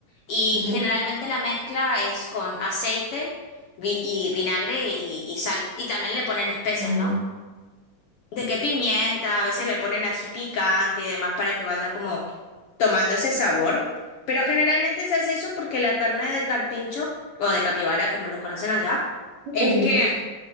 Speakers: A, on the left (about 65°); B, on the right (about 60°).
A: Y
B: Ujú.
A: generalmente la mezcla es con aceite vin- y vinagre y, y sal. Y también le ponen especias,
B: Mm.
A: ¿no? de qué pimienta, a veces le ponen ají picante y demás para que vaya como tomando ese sabor. Pero generalmente se hace eso porque la carne de carpincho o de capibara, como los conocen allá,
B: <laughs>
A: es que